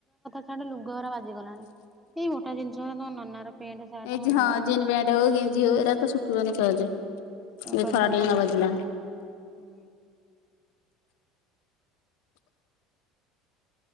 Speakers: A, in the centre; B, on the left.
A: ସେଟେ ଲୁଗାଅରା ବାଜିଗଲାଣି ଏଇ ଗୋଟେ ଜିନିଷ ତମ ନନାର ପେଣ୍ଟ ସାର୍ଟ
B: ଏଇ
A: ମୋ
B: ହଁ
A: ଝିଅର
B: ଜିନ୍ସ ପେଟ ହଉ ଗେଞ୍ଜି ହଉ ଏଇରା ତ ସୁଖି ବନି ସହଜେ। ଏ
A: କଣ କରିବୁ
B: ଖରା ଟିକେ
A: କହନି।
B: ନ ବାଜିଲା
A: ହୁଁ